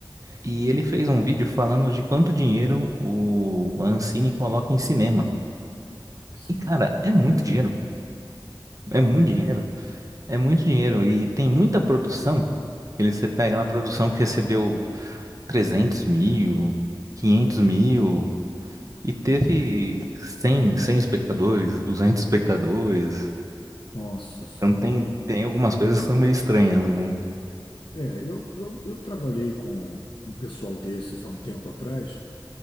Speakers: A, on the right; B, on the left.
A: E ele fez um vídeo falando de quanto dinheiro o a Ancine coloca em cinema.
B: sim,
A: E, cara, é muito dinheiro. É muito
B: imagino.
A: dinheiro. É muito dinheiro. E tem muita produção. Ele, você pega lá a produção que recebeu 300 mil, 500 mil. E teve
B: Uhum.
A: cem cem espectadores, 200 espectadores.
B: Nossa Senhora,
A: Então tem,
B: hein?
A: tem algumas coisas que são meio estranhas, né?
B: É, eu, eu, eu trabalhei com um pessoal desses há um tempo atrás,